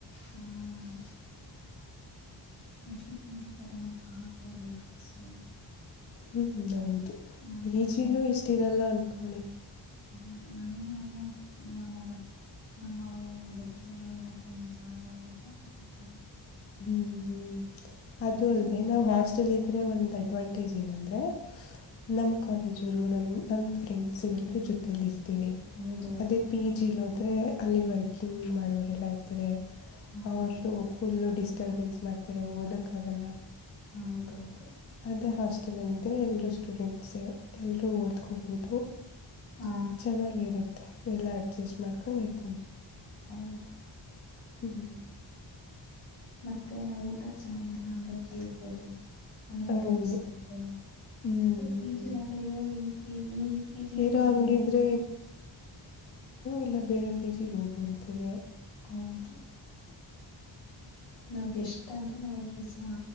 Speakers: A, on the left; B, on the left.
A: ಹಾ ನೆಕ್ಸ್ಟ್ ಪಿ ಜಿ <unintelligible>
B: ಹ್ಮ್ ಹೌದು
A: ನಮಗೆ
B: ಪಿಜಿಲುೂ
A: ಆದ
B: ಇಷ್ಟಿರಲ್ಲ ಅನ್ಕೊಳ್ಳಿ
A: ಹೌದು ನಮಗೆ ಹಾಗೆ ನಮ್ಮ ಬ ನಮ್ಮ ಲಗೇಜ್ ಎಲ್ಲ ಇರಕ ಒಂದ್ ಜಾಗ ಎಲ್ಲ ಕೊಟ್ಟಿರ್ತಾರೆ
B: ಹ್ಮ್ ಹ್ಮ್
A: ಮತ್ತೆ
B: ಅದು ಅಲ್ದೆ ನಾವ್ ಹಾಸ್ಟೆಲ್ ಇದ್ರೆ ಒಂದ್ ಅಡ್ವಾಂಟೇಜ್ ಏನಂದ್ರೆ ನಮ ಕಾಲೇಜರು ನ ನಮ ಫ್ರೆಂಡ್ಸ್ ಎಲ್ಲರ ಜೊತೆಯಲ್ಲಿ ಇತಾರೆ ಇರ್ತೀವಿ
A: ಹೌದೌದು
B: ಅದೇ ಪಿ ಜಿಲ್ ಹೋದ್ರೆ ಅಲ್ಲಿ ವರ್ಕಿಂಗ್ ಮಾಡೋರೆಲ್ಲಾ ಇರ್ತಾರೆ
A: ಹಾ
B: ಅವ್ರ್ದ ಫುಲ್ಲ ಡಿಸ್ಟರ್ಬೆನ್ಸ್ ಮಾಡ್ತಾರೆ ಓದಕ್ ಆಗಲ್ಲ
A: ಹ ಹೌದ ಹೌದು
B: ಅದೇ ಹಾಸ್ಟೆಲ್ ಅಲ್ಲಿ ಇದ್ರೆ ಎಲ್ರೂ ಸ್ಟೂಡೆಂಟ್ಸ್ ಎಲ್ರೂ ಓದ್ಕೋಬಹುದು
A: ಹಾ
B: ಚೆನ್ನಾಗಿರುತ್ತೆ ಎಲ್ಲ ಅಡ್ಜಸ್ಟ್ ಮಾಡ್ಕೊಂಡ್ಿರ್ಬೋದು
A: ಹೌದು
B: ಹ್ಮ್ ಹ್ಮ್
A: ಮತ್ತೆ ನಾವ್ ಊಟ ಚೆನ್ನಾಗಿಲ್ಲ ಅಂದ್ರೆ ಕೇಳ್ಬೋದು ನಮಗೆ
B: ಹೌದು
A: ರೈಟ್ಸ್ ಇರುತ್ತೆ
B: ಹ್ಮ್
A: ಪಿ ಜಿ ಇಲ್ಲಾಂದ್ರೆ ಯೋ ಈ ಪಿ ಜಿ ಇಲ್ಲ
B: ಇರೋ
A: ಅಂದ್ರೆ
B: ಹಂಗಿದ್ರೆ
A: ಏನಂತೆ
B: ಎಲ್ಲ ಬೇರೆ ಪಿ ಜಿಿಗೆ ಹೋಗುವಂತದೆ
A: ಹೌದು ನಾ ಬೆಸ್ಟ್ ಅಂದ್ರೆ ನಮಗ್ ಬ ಸಿ ಎಂ